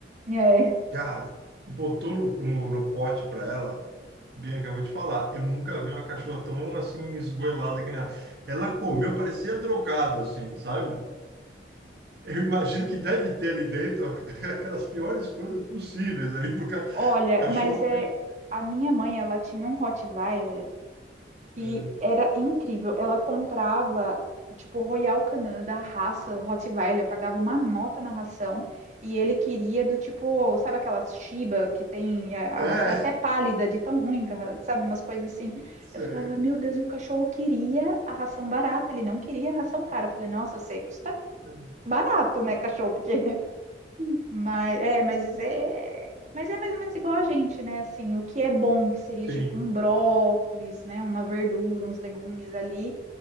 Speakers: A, on the right (about 40°); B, on the right (about 65°).
A: É.
B: Cara, botou no, no, no pote para ela. Bianca, eu vou te falar, eu nunca vi uma cachorra tão assim esgoelada que nem ela. Ela comeu, parecia drogada, assim, sabe? Eu imagino que deve ter ali dentro <laughs> aquelas piores coisas possíveis ali pro ca...
A: Olha,
B: o cachorro.
A: mas é,
B: pe-
A: a minha mãe, ela tinha um Rottweiler que
B: É,
A: era incrível. Ela comprava, tipo, Royal Canin da raça Rottweiler, pagava uma nota na ração e ele queria do tipo, sabe aquelas Shiba que tem a,
B: é,
A: a ração é até pálida, de tão ruim, que a- sabe, umas coisas assim.
B: cê-
A: Eu falava, meu Deus, e o cachorro queria a ração barata, ele não queria a ração cara. Eu falei, nossa, você custa
B: <laughs>
A: barato, né, cachorro? Porque mas é, mas é, mas é mais ou menos igual a gente, né? Assim, o que é bom, que seria
B: sim,
A: tipo um brócolis, né? Uma verdura, uns legumes ali,